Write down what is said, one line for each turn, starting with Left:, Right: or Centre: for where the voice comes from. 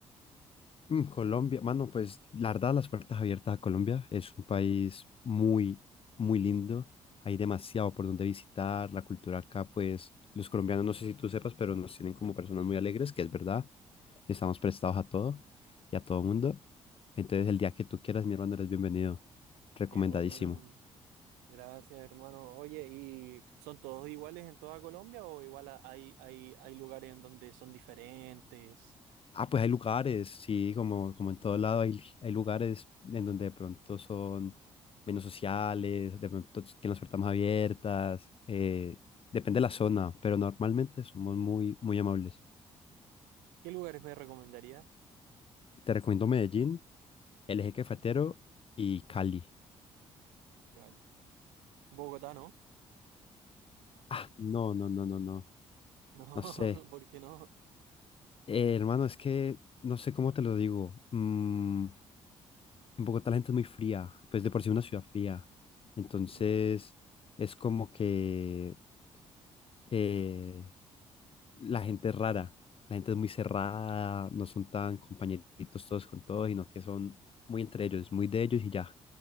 Left: Mm, Colombia, mano, pues la verdad, las puertas abiertas a Colombia es un país muy, muy lindo. Hay demasiado por donde visitar. La cultura acá, pues los colombianos, no sé si tú sepas, pero nos tienen como personas muy alegres, que es verdad. Y estamos prestados a todo y a todo mundo. Entonces, el día que tú quieras, mi hermano, eres bienvenido. Recomendadísimo.
Right: Qué bueno, amigo. Gracias, hermano. Oye, ¿y son todos iguales en toda Colombia o igual a- hay, hay, hay lugares en donde son diferentes?
Left: Ah, pues hay lugares, sí, como, como en todo lado hay, hay lugares en donde de pronto son menos sociales, de pronto tienen las puertas más abiertas, eh, depende de la zona, pero normalmente somos muy, muy amables.
Right: ¿Qué lugares me recomendaría?
Left: Te recomiendo Medellín, El Eje Cafetero y Cali.
Right: Vale. Bogotá, ¿no?
Left: Ah, no, no, no, no, no,
Right: No,
Left: no sé.
Right: <laughs> ¿por qué no?
Left: Eh, hermano, es que no sé cómo te lo digo. Mm, en Bogotá la gente es muy fría, pues de por sí es una ciudad fría. Entonces
Right: Ya.
Left: es como que eh, la gente es rara, la gente es muy cerrada, no son tan compañeritos todos con todos, sino que son muy entre ellos, muy de ellos y ya,